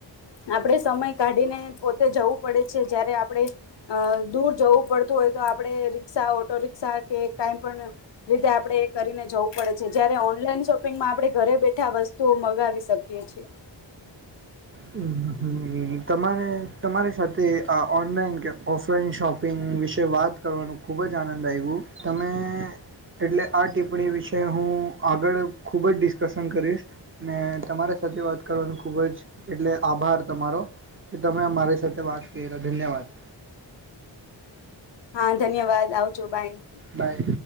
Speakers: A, on the left (about 65°); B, on the right (about 30°).
A: આપણે સમય કાઢીને પોતે જવું પડે છે જયારે આપણે અહ દૂર જવું પડતું હોય તો આપણે રિક્ષા ઓટો રિકષા કે કઈ પણ રીતે આપણે એ કરીને જવું પડે છે. જયારે ઓનલાઈન શોપિંગમાં આપણે ઘરે બેઠા વસ્તુઓ મગાવી શકીએ છે.
B: હમ્મ હમ્મ તમારે તમારી સાથે અહ ઓનલાઈન કે ઓફલાઈન શોપિંગ વિશે વાત કરવાનું ખૂબ જ આનંદ આવ્યું. તમે એટલે આ ટિપ્પણી વિશે હું આગળ ખૂબ જ ડિસ્કશન કરીશ. ને તમારા સાથે વાત કરવાનું ખૂબ જ એટલે આભાર તમારો કે તમે અ મારી સાથે વાત કરીરા ધન્યવાદ.
A: હા ધન્યવાદ આવજો બાય.
B: બાય.